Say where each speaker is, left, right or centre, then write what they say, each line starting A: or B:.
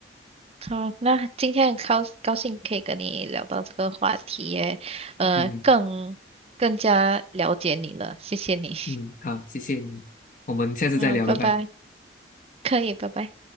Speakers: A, on the right (about 30°); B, on the left (about 45°).
A: 好，那今天很高高兴可以跟你聊到这个话题耶，呃，
B: 嗯
A: 更更加了解你了，谢谢你。
B: 嗯，好，谢谢你，我们下次再聊，
A: <laughs> 嗯，拜拜，
B: 拜拜。
A: 可以，拜拜。